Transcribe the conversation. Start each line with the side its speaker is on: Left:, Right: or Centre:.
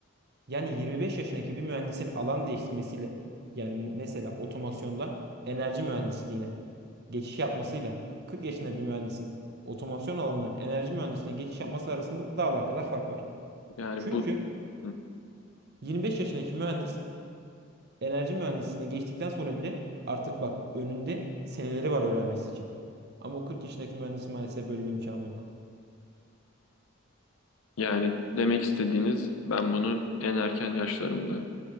Right: Yani 25 yaşındaki bir mühendisin alan değiştirmesiyle yani mesela otomasyondan enerji mühendisliğine geçiş yapmasıyla 40 yaşında bir mühendisin otomasyon alanından enerji mühendisliğine geçiş yapması arasında dağlar kadar fark var.
Left: yani
Right: Çünkü
Left: bu hmm.
Right: 25 yaşındaki mühendis enerji mühendisliğine geçtikten sonra bile artık bak önünde seneleri var öğrenmesi için. Ama o 40 yaşındaki mühendisin maalesef böyle bir imkanı yok.
Left: yani demek istediğiniz ben bunu en erken yaşlarımda